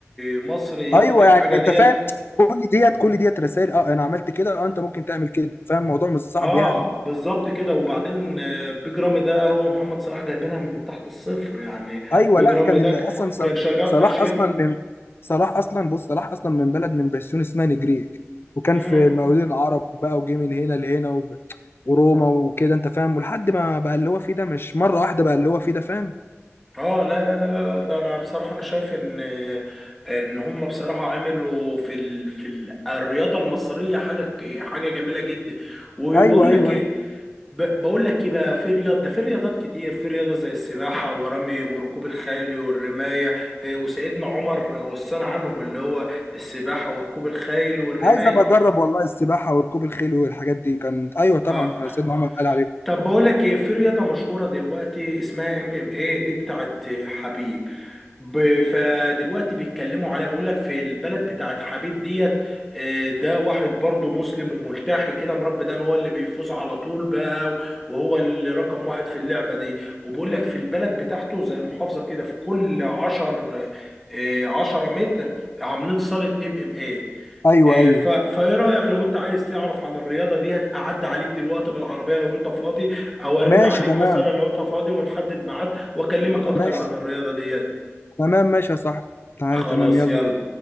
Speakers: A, in the centre; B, on the left.
A: مصري ياخد
B: ايوه
A: الحاجه
B: يعني انت
A: ديت
B: فاهم كل ديت كل ديت رسائل اه انا عملت كده اه انت ممكن تعمل كده فاهم الموضوع مش صعب
A: اه
B: يعني
A: بالظبط كده وبعدين آه، بيج رامي ده هو محمد صلاح جايبينها من تحت الصفر يعني
B: ايوه
A: بيج
B: لا
A: رامي
B: كان
A: ده
B: اللي
A: ك-
B: اصلا صلاح
A: كان شغال
B: صلاح
A: في جيم
B: اصلا من صلاح اصلا بص صلاح اصلا من بلد من بسيون اسمها نجريج وكان
A: امم
B: في المقاولين العرب بقى وجه من هنا لهنا و... وروما وكده انت فاهم ولحد ما بقى اللي هو فيه ده مش مره واحده بقى اللي هو فيه ده فاهم
A: اه لا لا لا لا لا، ده انا بصراحه انا شايف ان آه، ان هم بصراحه عملوا في ال... في ال- الرياضه المصريه حاجه ك- حاجه جميله جدا وبقول
B: ايوه ايوه
A: لك ايه
B: ايوه
A: ب- بقول لك ايه بقى في رياض ده في رياضات كتير في رياضه زي السباحه ورمي وركوب الخيل والرمايه إيه، وسيدنا عمر وصانا عنهم اللي هو السباحه وركوب الخيل والرمايه
B: عايز ابقى اجرب والله السباحه وركوب الخيل والحاجات دي كانت ايوه طبعا
A: اه
B: سيدنا عمر قال عليه
A: طب بقول لك ايه في رياضه مشهوره دلوقتي اسمها ام ام ايه دي بتاعت حبيب ب- فدلوقتي بيتكلموا عليها بيقول لك في البلد بتاعت حبيب ديت آه، ده واحد برضه مسلم وملتحي كده مربي ده هو اللي بيفوز على طول بقى وهو اللي رقم واحد في اللعبة دي وبيقول لك في البلد بتاعته زي المحافظة كده في كل عشر آه، عشرة متر عاملين صالة ام ام ايه
B: ايوه
A: آه،
B: ايوه
A: ف- فايه رأيك لو انت عايز تعرف عن الرياضة ديت اعدي عليك دلوقتي بالعربية لو انت فاضي او ارن
B: ماشي
A: عليك
B: تمام
A: مثلا لو انت فاضي ونحدد ميعاد واكلمك اكتر
B: ماشي
A: عن الرياضة ديت
B: تمام ماشي يا صاحبي تعالى
A: خلاص
B: تمام يلا
A: يلا
B: بينا